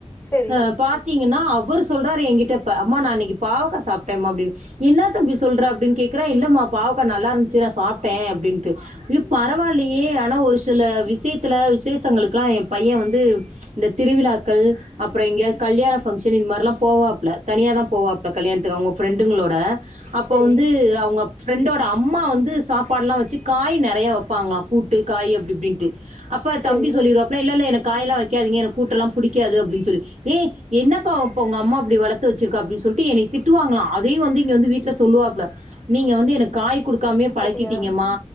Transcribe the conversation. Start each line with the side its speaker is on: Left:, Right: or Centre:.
Left: சேரி
Right: அஹ பாத்தீங்கன்னா அவரு சொல்றாரு என்கிட்ட இப்ப அம்மா நான் இன்னைக்கு பாவக்கா சாப்பிட்டேம்மா அப்டின்னு என்ன தம்பி சொல்ற அப்படின்னு கேக்குறன் இல்லமா பாவக்கா நல்லா இருந்துச்சு நான் சாப்ட்டேன் அப்டின்ட்டு ஐயோ பரவாயில்லையே ஆனா ஒரு சில விஷயத் த்துத்தில விசேஷங்களுக்கலா என் பையன் வந்து இந்த திருவிழாக்கள் அப்புறோ எங்கேயாவது கல்யாண ஃபங்ஷன் இது மாரிலா போவாப்புல தனியா தான் போவாப்பல கல்யாணத்துக்கு அவங்க ஃப்ரெண்டுங்களோட அப்ப
Left: சேரி
Right: வந்து அவங்க ஃப்ரெண்டோட அம்மா வந்து சாப்பாடுலா வச் சு காய் நெறைய வைப்பாங்களா கூட்டு காய் அப்படிப்படின்ட்டு அப்ப
Left: சேரி
Right: தம்பி சொல்லிருவாப்பல இல்ல இல்ல எனக் காய்லா வைக்காதீங்க எனக்கு கூட்டலா புடிக்காது அப்டினு சொல்லி ஏய் என்னப்பா இப்ப உங்க அம்மா இப்படி வளத்துவச்சுருக்க அப்டினு சொல்லிட்டு என்ன திட்டுவாங்களா அதையும் வந்து இங்க வந்து வீட்டுல சொல்லுவாப்பிள நீக்க வந்து எனக்கு காய்குடுக் க்காமே பழக்கிட்டீங்கமா
Left: அப்டியா